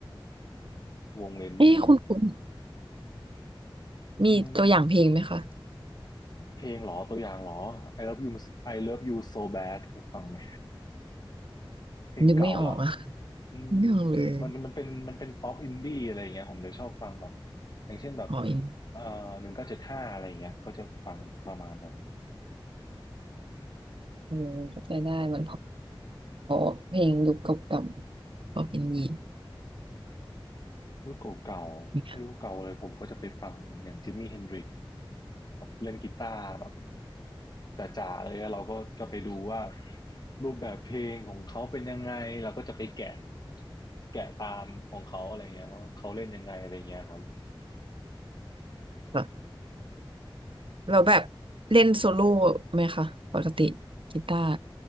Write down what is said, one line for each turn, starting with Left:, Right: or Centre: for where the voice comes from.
Left: วงเรนนี่
Right: เอ๊ะคุณคุณมีตัวอย่างเพลงไหมคะ
Left: อืมเพลงเหรอตัวอย่างเหรอ I love you So- I love you so bad เคยฟังไหมเพลงเก่าละ
Right: นึกไม่ออกอะ
Left: อืม
Right: ไม่ออกเลย
Left: มันมันเป็นมันเป็นป๊อปอินดี้อะไรอย่างเงี้ยผมจะชอบฟังแบบอย่างเช่นแบบ
Right: อ๋ออิน
Left: เอ่อหนึ่งเก้าเจ็ดห้าอะไรอย่างเงี้ยก็จะฟังประมาณนั้น
Right: เออเข้าใจได้มันเพอเพลงยุคเก่าๆพอเป็นยี
Left: ยุคเก่าๆถ้ายุคเก่าเลยผมก็จะไปฟังอย่างจิมมี่เฮนดริก
Right: ค่ะ
Left: แบบเล่นกีตาร์แบบจ๋าๆเลยแล้วเราก็จะไปดูว่ารูปแบบเพลงของเขาเป็นยังไงเราก็จะไปแกะแกะตามของเขาอะไรเงี้ยว่าเขาเล่นยังไงอะไรเงี้ยครับ
Right: เราแบบเล่นโซโล่ไหมคะปกติกีตาร์